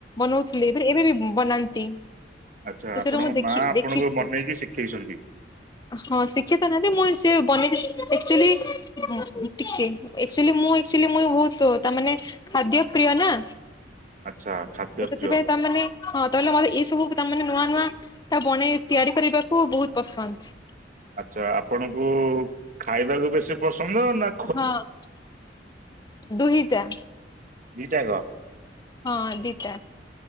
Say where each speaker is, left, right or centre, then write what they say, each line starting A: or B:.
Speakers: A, on the left (about 25°); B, on the right (about 50°).
A: ବନଉଥିଲେ ଏ ଏବେ ବି ବନାନ୍ତି।
B: ଆଚ୍ଛା
A: ତ
B: ଆପଣଙ୍କ
A: ସେଇଟା ମୁଁ ଦେଖି
B: ମା ଆପଣଙ୍କୁ
A: ଦେଖିଛି।
B: ବନେଇକି ଶିକେଇଛନ୍ତି।
A: ହଁ ସିଖେତ ନାହାଁନ୍ତି ମୁଁ କ ସିଏ <unintelligible> ଟିକେ ଏକ୍ଚୁଲି ମୁଁ ଏକଚୁଲି ମୁଁ ବୋହୁତ ତାମାନେ ଖାଦ୍ୟ ପ୍ରିୟ ନା
B: ଆଚ୍ଛା ଖାଦ୍ୟପିୟ
A: ତ ସେଥିପାଇଁ ତାମାନେ ହଁ ତାହାଲେ ମୋର ଏଇ ସବୁ ତାମାନେ ନୂଆ ନୂଆଟା ବନେଇ ତିଆରି କରିବାକୁ ବୋହୁତ ପସନ୍ଦ।
B: ଆଚ୍ଛା ଆପଣଙ୍କୁ ଖାଇବାକୁ ବେଶୀ ପସନ୍ଦ ନାଁ
A: ହଁ ଦୁହିଟା।
B: ଦିଟାଆକ?
A: ହଁ ଦିଟା